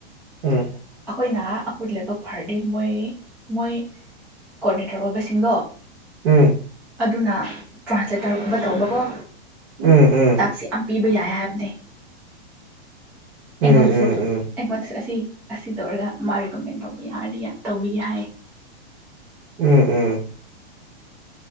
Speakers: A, on the right (about 60°); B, in the centre.
A: ꯎꯝ
B: ꯑꯈꯣꯏꯅ ꯑꯈꯣꯏ ꯂꯥꯏꯕꯛ ꯐꯔꯗꯤ ꯃꯣꯏ ꯃꯣꯏ ꯀꯣꯔꯗꯤꯅꯦꯇꯔ ꯑꯣꯏꯕꯁꯤꯡꯗꯣ
A: ꯎꯝ
B: ꯑꯗꯨꯅ ꯇ꯭ꯔꯥꯟꯁꯂꯦꯇꯔꯒꯨꯝꯕ ꯇꯧꯕ ꯑꯣ
A: ꯎꯝ ꯎꯝ
B: ꯇꯥꯛꯁꯤ ꯌꯥꯝ ꯄꯤꯕ ꯌꯥꯏ ꯍꯥꯏꯕꯅꯦ
A: ꯎꯝ
B: ꯑꯩꯉꯣꯟꯁꯨ
A: ꯎꯝ ꯎꯝ
B: ꯑꯩꯉꯣꯟ ꯑꯁꯤ ꯑꯁꯤ ꯑꯁꯤ ꯇꯧꯔꯒ ꯃꯥ ꯔꯤꯀꯃꯦꯟ ꯇꯧꯕ ꯌꯥꯔꯗꯤ ꯇꯧꯕꯤꯒꯦ ꯍꯥꯏꯌꯦ
A: ꯎꯝ ꯎꯝ